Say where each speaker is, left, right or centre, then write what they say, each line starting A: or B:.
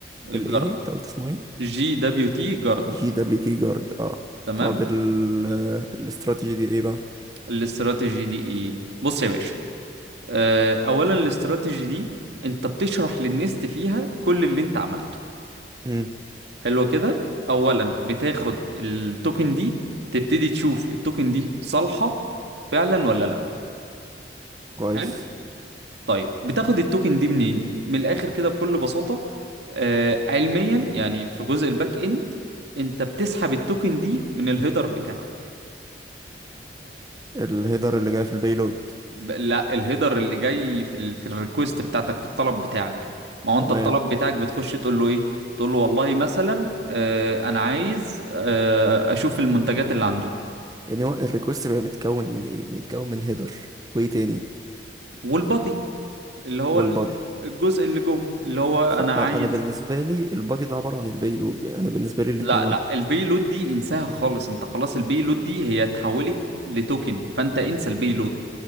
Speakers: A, on the right (about 80°); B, on the right (about 20°).
A: الجرد
B: الايه انت قلت اسمه ايه
A: جي دبليو تي جرد
B: جي دبليو تي جارد اه
A: تمام
B: طب ال آه، الاستراتيجي دي ايه بقى
A: الاستراتيجي دي ايه بص يا باشا آه، اولا الاستراتيجي دي انت بتشرح للنست فيها كل اللي انت عملته
B: امم
A: حلو كده اولا بتاخد التوكن دي تبتدي تشوف التوكن دي صالحة فعلا ولا
B: كويس
A: لا طيب بتاخد التوكن دي منين من الاخر كده بكل بساطة آه علميا يعني في جزء الباك اند انت بتسحب التوكن دي من الهيدر بتاعك
B: الهيدر اللي جاي في البيلود
A: ب- لا الهيدر اللي جاي في ال... في الريكوست بتاعتك في الطلب بتاعك ما هو انت
B: تمام
A: الطلب بتاعك بتخش تقول له ايه تقول له والله مثلا آه انا عايز آه اشوف المنتجات اللي عندكم
B: يعني هو الريكوست بيبقى متكون من ايه بيتكون من هيدر وايه تاني
A: والبادي اللي هو
B: والبادي
A: ال- الجزء اللي جوه اللي هو انا
B: فانا
A: عايز
B: بالنسبه لي البادي ده عباره عن البيلود يعني انا بالنسبه لي الاتنين
A: لا
B: واحد
A: لا البي لود دي انساها خالص انت خلاص البي لود دي هي اتحولت لتوكن فانت انسى البي لود